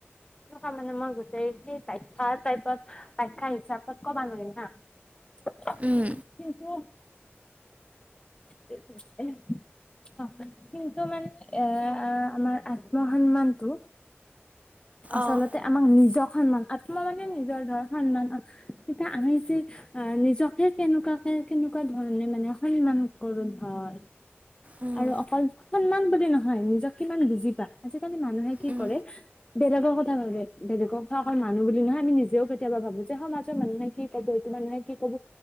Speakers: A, on the left; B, on the right.
A: তেনেকুৱা মানে মই গোটেই মানে টাইপত বাখ্যা হিচাপত ক'বা নোৱাৰিম হা'। <inaudible>
B: উম।
A: কিন্তু <inaudible> অ' কিন্তু মানে এ আমাৰ আত্মসন্মানটো। আচলতে
B: অঁ
A: আমাক নিজক সন্মান আত্ম মানে নিজৰ ধৰ সন্মান এতিয়া আমি যি অ' নিজকে কেনেকুৱা ধৰণে মানে সন্মান কৰো ধৰ।
B: উম,
A: আৰু অকল সন্মান বুলি নহয় নিজক কিমান বুজি পা। আজিকালি মানুহে কি
B: উম,
A: কৰে বেলেগৰ কথা ভাবে বেলেগৰ কথা অকল মানুহ বুলি নহয় আমি নিজেও কেতিয়াবা ভাবো যে সমাজৰ মানুহে কি এইটো মানুহে কি কব